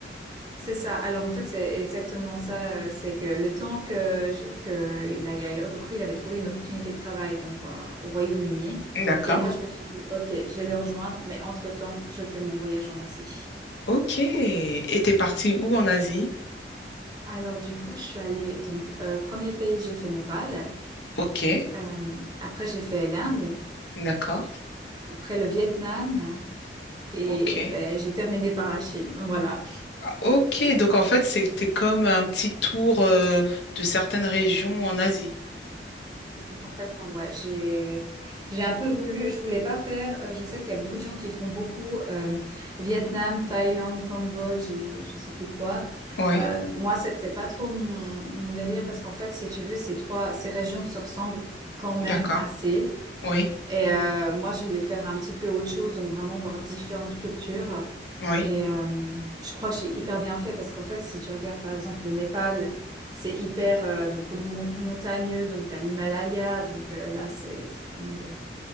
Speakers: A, on the right; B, on the left.
A: C'est ça. Alors en fait, c'est exactement ça. euh, C'est que le temps que, je- que il aille ailleurs, donc lui, il avait trouvé une opportunité de travail donc euh, au Royaume-Uni.
B: D'accord.
A: Et moi, je me suis dit, OK, je vais le rejoindre, mais entre-temps, je fais mon voyage en Asie.
B: Ok. Et t'es parti où en Asie?
A: Alors du coup, je suis allée, donc euh, premier pays, j'ai fait Népal.
B: Ok,
A: Euh, après, j'ai fait l'Inde.
B: d'accord.
A: Après, le Vietnam. Et
B: Ok.
A: ben, j'ai terminé par la Chine. Voilà.
B: Ok, donc en fait, c'était comme un petit tour euh, de certaines régions en Asie.
A: Mhm, Complètement, ouais. J'ai, j'ai un peu voulu, je voulais pas faire, euh, je sais qu'il y a beaucoup de gens qui font beaucoup euh, Vietnam, Thaïlande, Cambodge et je sais plus quoi.
B: Oui,
A: Euh, moi, c'était pas trop mon, mon délire parce qu'en fait, si tu veux, ces trois, ces régions se ressemblent quand même
B: d'accord.
A: assez.
B: Oui,
A: Et euh, moi, je voulais faire un petit peu autre chose, donc vraiment voir différentes cultures.
B: oui.
A: Et euh, je crois que j'ai hyper bien fait parce qu'en fait, si tu regardes par exemple le Népal, c'est hyper euh, donc mon- montagneux, donc tu as l'Himalaya, donc euh, là, c'est c'est- comment dire,